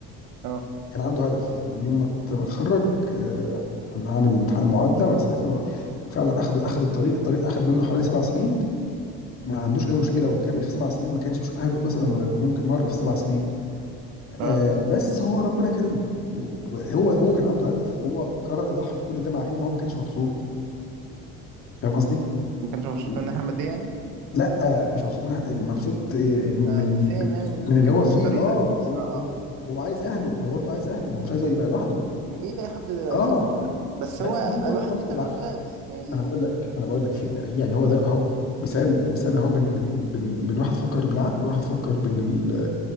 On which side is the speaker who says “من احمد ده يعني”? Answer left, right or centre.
Right